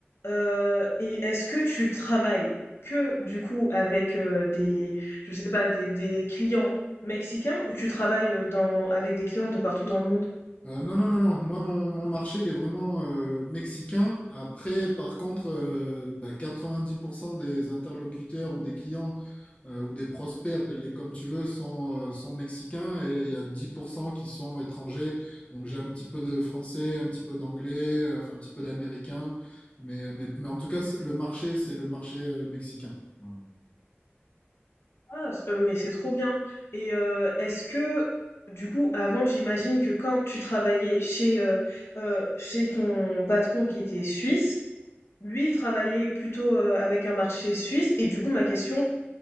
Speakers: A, on the left (about 70°); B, on the left (about 30°).
A: Heu et est-ce que tu travailles que du coup avec, heu, des je sais pas, des des clients mexicains ou tu travailles, heu, dans avec des clients de partout dans le monde?
B: Euh, non, non, non, non. Moi, mon, mon marché, il est vraiment euh, mexicain. Après, par contre, euh, bah, 90% des interlocuteurs ou des clients euh, ou des prospects, appelle-les comme tu veux, sont, euh, sont mexicains et il y a 10% qui sont étrangers. Donc, j'ai un petit peu de français, un petit peu d'anglais, euh, enfin, un petit peu d'américain. Mais, mais, mais en tout cas, c'est- le marché, c'est le marché euh, mexicain. Voilà.
A: Ah s heu, mais c'est trop bien et heu, est-ce que du coup avant j'imagine que quand tu travaillais chez, heu heu, chez ton patron qui était suisse, lui il travaillait plutôt, heu, avec un marché suisse et du coup ma question